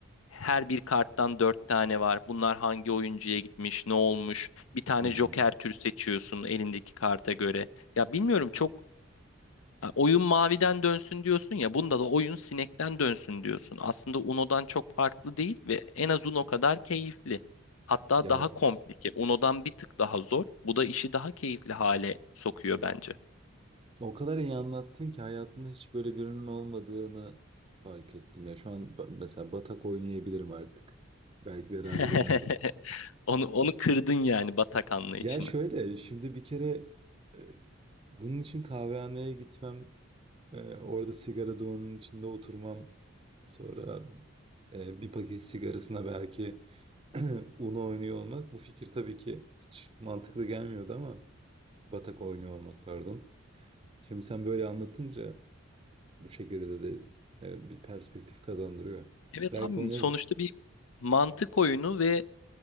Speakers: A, on the left (about 75°); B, on the right (about 25°).
A: Her bir karttan dört tane var. Bunlar hangi oyuncuya gitmiş, ne olmuş? Bir tane
B: Hı hı.
A: joker tür seçiyorsun elindeki karta göre. Ya bilmiyorum çok ha, oyun maviden dönsün diyorsun ya. Bunda da oyun sinekten dönsün diyorsun. Aslında Uno'dan çok farklı değil ve en az Uno kadar keyifli. Hatta
B: Ya
A: daha
B: o,
A: komplike. Uno'dan bir tık daha zor. Bu da işi daha keyifli hale sokuyor bence.
B: o kadar iyi anlattın ki hayatımda hiç böyle birinin olmadığını fark ettim. Ya şu an ba- mesela batak oynayabilirim artık. Belki beraber
A: <laughs>
B: oynarız.
A: Onu, onu kırdın yani batak anlayışını.
B: Ya şöyle şimdi bir kere e, bunun için kahvehaneye gitmem Ee, orada sigara dumanının içinde oturmam. Sonra e, bir paket sigarasına belki <clears throat> Uno oynuyor olmak. Bu fikir tabii ki hiç mantıklı gelmiyordu ama batak oynuyor olmak pardon. Şimdi sen böyle anlatınca bu şekilde de e, bir perspektif kazandırıyor.
A: Evet
B: Belki
A: abim
B: oynarız.
A: sonuçta bir mantık oyunu ve